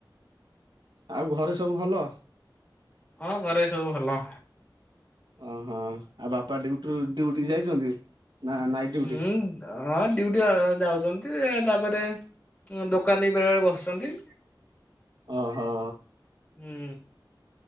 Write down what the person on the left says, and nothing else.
ହଁ ଘରେ ସବୁ ଭଲ।
ହୁଁ। ହଁ ଡିୟୁଟି ଯାଉଛନ୍ତି। ତାପରେ ଦୋକାନରେ ବି ବେଳେବେଳେ ବସୁଛନ୍ତି।
ହୁଁ